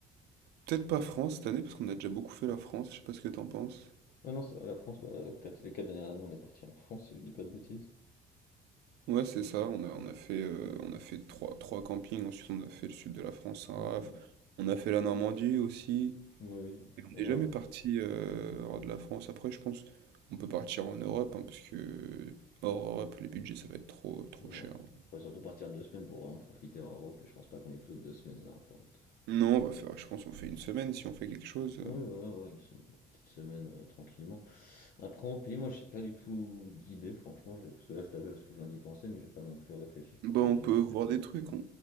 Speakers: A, on the right; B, on the left.
A: Peut-être pas France cette année parce qu'on a déjà beaucoup fait la France, je sais pas ce que t'en penses.
B: Ouais, non, c'est vrai, la France, bah, quatre- les quatre dernières années, on est parti en France, si je dis pas de bêtises.
A: Ouais c'est
B: Mmh.
A: ça, on a, on a fait, euh, on a fait trois, trois campings, ensuite on a fait le sud de la France, Saint-Raph.
B: Mmh, mmh.
A: On a fait la Normandie aussi.
B: Oui,
A: Et on
B: donc, ouais,
A: n'est jamais parti euh, hors de la France. Après, je pense on peut partir en Europe, hein, parce que hors Europe, les budgets, ça va être trop, trop
B: ouais.
A: cher. hein.
B: Faudrait surtout partir deux semaines pour vraiment profiter hors Europe, et je pense pas qu'on est tous deux semaines là en fin août.
A: Non, on va faire, je pense, on fait une semaine si on fait quelque chose. euh,
B: Oui, voilà, ouais, une, se- une petite semaine euh, tranquillement. Après, en pays, moi, j'ai pas du tout d'idée, franchement, j'ai- parce que là, je t'appelle parce que je viens d'y penser, mais j'ai pas non plus réfléchi, je sais
A: Bah,
B: pas toi
A: on
B: si t'as
A: peut
B: des
A: voir
B: idées.
A: des trucs, on,